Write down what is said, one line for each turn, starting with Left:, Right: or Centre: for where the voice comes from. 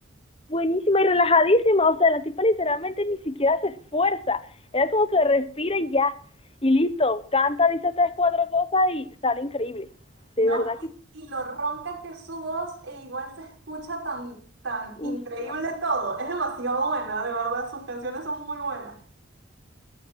Left: buenísima y relajadísima, o sea, la tipa literalmente ni siquiera se esfuerza. Era como que respira y ya, y listo, canta, dice tres, cuatro cosas y sale increíble. De
Right: ¿no?
Left: verdad que,
Right: Y, y lo ronca que es su voz e igual se escucha tan, tan increíble
Left: uff, no,
Right: todo. Es demasiado buena, de verdad, sus canciones son muy buenas.